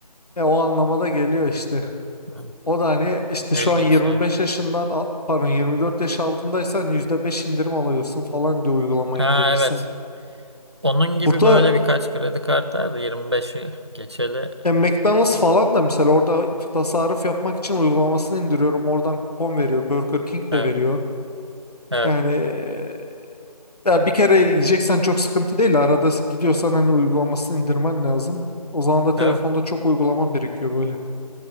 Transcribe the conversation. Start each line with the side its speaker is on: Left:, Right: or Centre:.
Left: e, o anlamada geliyor işte.
Right: Hı.
Left: O da hani işte
Right: İlginç.
Left: şu an 25
Right: Ha.
Left: yaşından a- pardon 24 yaş altındaysan %5 indirim alıyorsun falan diye uygulama
Right: Ha
Left: indirirsen.
Right: evet. Onun gibi
Left: Burada
Right: böyle birkaç kredi kartı vardı yirmi 25'i geçeli.
Left: e, McDonald's falan da mesela orada tasarruf yapmak için uygulamasını indiriyorum. Oradan kupon veriyor. Burger King
Right: Evet.
Left: de veriyor.
Right: Evet.
Left: Yani e, ya bir kere yiyeceksen çok sıkıntı değil. Arada gidiyorsan hani uygulamasını indirmen lazım. O zaman da telefonda
Right: Evet.
Left: çok uygulama birikiyor böyle.